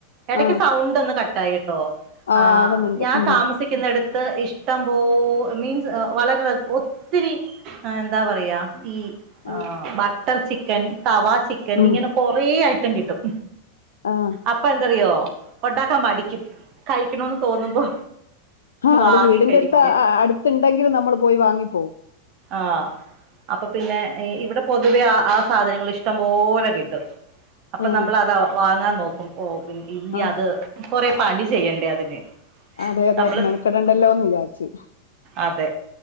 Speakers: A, on the right; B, on the left.
A: എടക്ക്
B: ആ
A: സൗണ്ട് ഒന്ന് കട്ടായിട്ടോ
B: ആ
A: ആഹ്
B: ആവുന്നുണ്ട്
A: ഞാൻ
B: ഉം
A: താമസി തമസിക്കുന്നിടത്ത് ഇഷ്ട പോ മീൻസ് വളരെ <unintelligible> ഒത്തിരി എന്താ പറയാ ഈ
B: ആ
A: ആഹ് ബട്ടർ ചിക്കൻ തവാ ചിക്കൻ
B: ഉം
A: ഇങ്ങനെ കൊറേ ഐറ്റം കിട്ടും.
B: ആഹ്
A: അപ്പൊ എന്താറിയോ ഉണ്ടാക്കാൻ മടിക്കും കഴിക്കണോന്ന് തോന്നുമ്പോ
B: ആഹ്
A: വാങ്ങി
B: അത് വീടിന്റെ
A: കഴിക്കും
B: അടുത്ത് അടുത്ത് ഇണ്ടങ്കിലും നമ്മൾ പോയി വാങ്ങിപ്പോവും
A: ആഹ് അപ്പൊ പിന്നെ ഇവിടെ പൊതുവെ ആ ആ സാധനങ്ങൾ ഇഷ്ടം പോലെ കിട്ടും അപ്പൊ
B: ഏഹ്
A: നമ്മൾ അത് ആ വാങ്ങാൻ നോക്കും ഓ പിന്നെ ഇല്ലഅത്
B: ആ
A: കൊറേ പണി ചെയ്യണ്ടേ അതിന്
B: അതെ അതെ
A: നമ്മള്
B: മെനക്കെടണ്ടല്ലോന്ന് വിചാരിച്ച്
A: അതെ